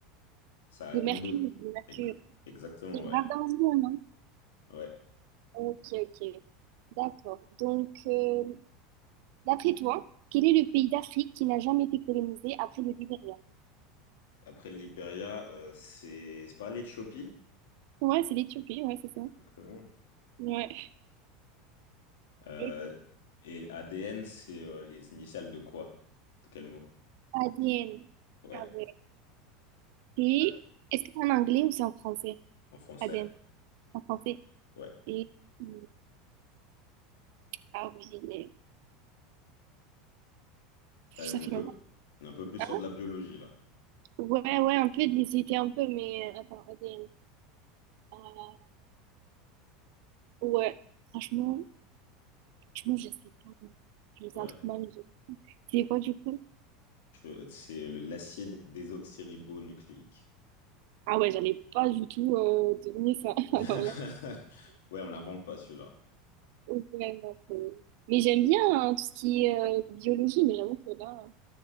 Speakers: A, on the left (about 65°); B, on the right (about 55°).
A: ça a
B: Le
A: le
B: mercure,
A: nom d'autre.
B: le mercure.
A: Ex- Exactement,
B: C'est
A: ouais.
B: grave dangereux, non?
A: Ouais.
B: Ok, ok. D'accord. Donc, euh, D'après toi, quel est le pays d'Afrique qui n'a jamais été colonisé après le Libéria?
A: Après, le Liberia, euh, c'est c'est pas l'Éthiopie.
B: Ouais, c'est l'Éthiopie, ouais, c'est ça.
A: Exactement.
B: Ouais.
A: Euh,
B: Le
A: et ADN, c'est euh, les initiales de quoi? De quel mot?
B: ADN.
A: Ouais,
B: Ah ouais. Et
A: là,
B: est-ce que c'est en anglais ou c'est en français?
A: en français.
B: ADN. En français.
A: Ouais.
B: Et euh, ah oui, les-
A: Là,
B: ça
A: on est
B: fait
A: peu,
B: longtemps.
A: on est un peu plus sur
B: Hein
A: de la biologie, là.
B: Ouais, ouais, un peu, j'hésitais un peu, mais euh, attends, ADN. Euh, ouais, Franchement, franchement, je sais pas. je faisais
A: Ouais.
B: un truc mal. C'est quoi du coup?
A: Je- C'est le- l'acide désoxyribonucléique.
B: Ah ouais, j'allais pas du tout euh, deviner ça. <laughs>
A: <laughs>
B: Alors là.
A: Ouais, on l'invente pas celui-là.
B: Ouais, non, faut- Mais j'aime bien hein, tout ce qui est euh, biologie, mais j'avoue que là.